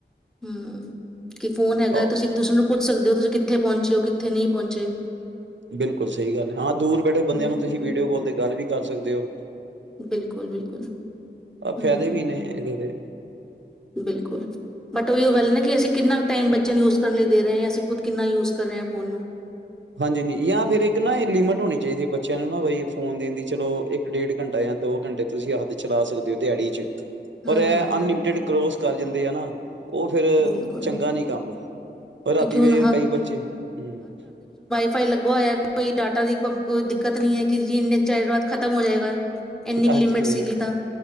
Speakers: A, in the centre; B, on the right.
A: ਹਮ, ਕਿ ਫੋਨ ਹੈਗਾ
B: ਆਹੋ
A: ਤੁਸੀਂ ਇੱਕ ਦੂਸਰੇ ਨੂੰ ਪੁੱਛ ਸਕਦੇ ਹੋ। ਤੁਸੀਂ ਕਿ ਕਿੱਥੇ ਪਹੁੰਚੇ, ਉਹ ਕਿੱਥੇ ਨਹੀਂ ਪਹੁੰਚੇ।
B: ਬਿਲਕੁਲ ਸਹੀ ਗੱਲ ਹੈ। ਹਾਂ, ਦੂਰ ਬੈਠੇ ਬੰਦਿਆਂ
A: ਹੂੰ
B: ਨੂੰ ਤੁਸੀਂ ਵੀਡੀਓ ਕਾਲ ਦੀ ਗੱਲ ਵੀ ਕਰ ਸਕਦੇ ਹੋ।
A: ਬਿਲਕੁਲ, ਬਿਲਕੁਲ,
B: ਅ
A: ਹੂੰ,
B: ਫਾਇਦੇ ਵੀ ਨੇ ਇਹਦੇ ਤੇ।
A: ਬਿਲਕੁਲ ਬਟ ਉਹੀ ਗੱਲ ਨਾ ਕਿ ਅਸੀਂ ਕਿੰਨਾ ਕੁ ਟਾਈਮ ਬੱਚਿਆਂ ਨੂੰ ਯੂਜ ਕਰਨ ਲਈ ਦੇ ਰਹੇ ਅਸੀਂ ਖੁਦ ਕਿੰਨਾ ਯੂਜ ਕਰ ਰਹੇ ਆ ਫੋਨ ਨੂੰ।
B: ਹਾਂਜੀ-ਹਾਂਜੀ ਜਾਂ ਫੇਰ ਇੱਕ ਨਾ ਇਹ ਲਿਮਿਟ ਹੋਣੀ ਚਾਹੀਦੀ ਹੈ ਬੱਚਿਆਂ ਨੂੰ ਨਾ ਬਈ ਫੋਨ ਦੇਣ ਦੀ ਚਲੋ ਇੱਕ ਡੇਢ ਘੰਟਾ ਜਾਂ ਦੋ ਘੰਟੇ ਤੁਸੀਂ ਹੱਦ ਚਲਾ ਸਕਦੇ ਹੋ ਦਿਹਾੜੀ ਚ। ਪਰ
A: ਹੂੰ,
B: ਇਹ
A: ਹੂੰ, ਹੂੰ,
B: ਅਨਲਿਮਿਟਡ ਕਰੋਸ ਕਰ ਜਾਂਦੇ ਆ ਨਾ। ਉਹ ਫੇਰ
A: ਬਿਲਕੁਲ
B: ਚੰਗਾ ਨੀ ਕੰਮ। ਪਰ ਰਾਤੀ
A: ਕਿਉਂਕਿ ਹੁਣ
B: ਫੇਰ ਕਈ ਬੱਚੇ ਹੂੰ
A: ਫਾਈ ਲੱਗਾ ਹੋਇਆ ਕੋਈ ਡਾਟਾ ਦੀ ਕ ਕੋਈ ਦਿੱਕਤ ਨੀ ਹੈ ਕਿ ਜਿੰਨੇ <unintelligible> ਖਤਮ ਹੋ ਜਾਏਗਾ। ਇੰਨੀ
B: ਹਾਂਜੀ
A: ਕੁ ਲਿਮਿਟ
B: ਸਹੀ
A: ਸੀਗੀ
B: ਗੱਲ
A: ਤਾਂ